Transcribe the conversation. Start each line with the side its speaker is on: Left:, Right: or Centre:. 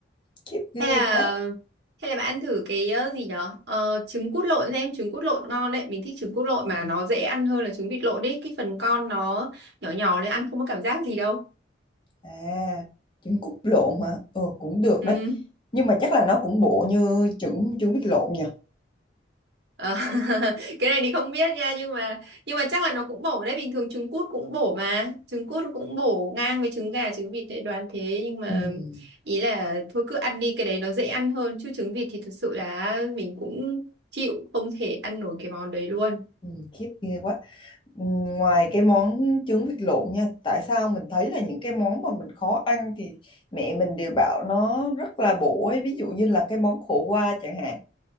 Left: khiếp ghê
Right: Hay là
Left: quá.
Right: hay là bạn ăn thử cái ờ, gì nhở? Ờ, trứng cút lộn xem trứng cút lộn ngon đấy. Mình thích trứng cút lộn mà nó dễ ăn hơn là trứng vịt lộn đấy. Cái phần con nó nhỏ nhỏ nên ăn không có cảm giác gì đâu.
Left: À, trứng cút lộn hả? Ờ cũng được
Right: Ừ.
Left: đấy, nhưng mà chắc là nó cũng bộ như trứng trứng vịt lộn nhỉ?
Right: Ờ, <laughs> cái này thì không biết nha nhưng mà nhưng mà chắc là nó cũng bổ đấy bình thường trứng cút cũng bổ mà trứng cút cũng bổ ngang với trứng gà trứng vịt đấy đoán thế nhưng mà
Left: Ừm.
Right: ý là thôi cứ ăn đi cái đấy nó dễ ăn hơn chứ trứng vịt thì thực sự là mình cũng chịu không thể ăn nổi cái món đấy luôn
Left: Ừ, khiếp ghê quá Ừ, ngoài cái món trứng vịt lộn nha tại sao mình thấy là những cái món mà mình khó ăn thì mẹ mình đều bảo nó rất là bổ ấy ví dụ như là cái món khổ qua chẳng hạn